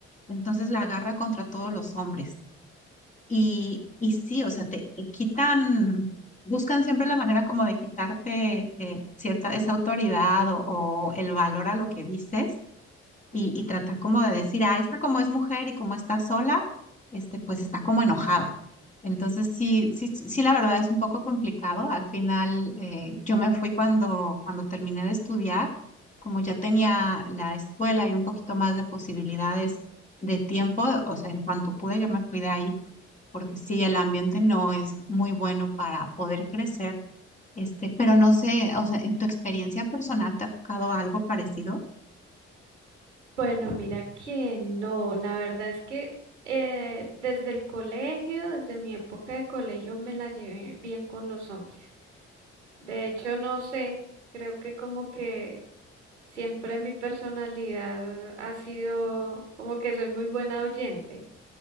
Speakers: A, on the left; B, on the right.
A: entonces la agarra contra todos los hombres. Y, y sí, o sea, te, te quitan, buscan siempre la manera como de quitarte eh, cierta, esa autoridad o, o el valor a lo que dices y, y tratar como de decir, ah, esta como es mujer y como está sola, este, pues está como enojada. Entonces, sí, sí, sí, sí, la verdad es un poco complicado. Al final, eh, yo me fui cuando, cuando terminé de estudiar, como ya tenía la escuela y un poquito más de posibilidades de tiempo, o sea, en cuanto pude, yo me fui de ahí, porque sí, el ambiente no es muy bueno para poder crecer. Este, pero no sé, o sea, en tu experiencia personal, ¿te ha tocado algo parecido?
B: Bueno, mira que no, la verdad es que eh, desde el colegio, desde mi época de colegio, me la llevé bien con los hombres. De hecho, no sé, creo que como que siempre mi personalidad ha sido como que soy muy buena oyente.